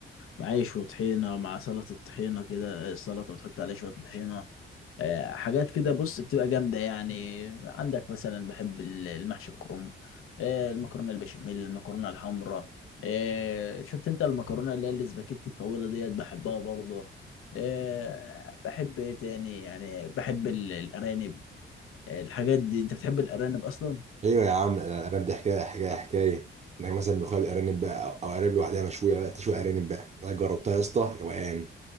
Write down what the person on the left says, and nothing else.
مع عيش وطحينه مع سلطه الطحينه كده السلطه وتحط عليها شويه طحينه آه، حاجات كده بص بتبقى جامده يعني عندك مثلا بحب ال- المحشي الكرنب آه، المكرونه البشاميل المكرونه الحمراء آه، شفت انت المكرونه اللي هي الاسباجيتي الطويله ديت بحبها برضه أه بحب ايه تاني يعني بحب ال- الارانب الحاجات دي انت بتحب الارانب اصلا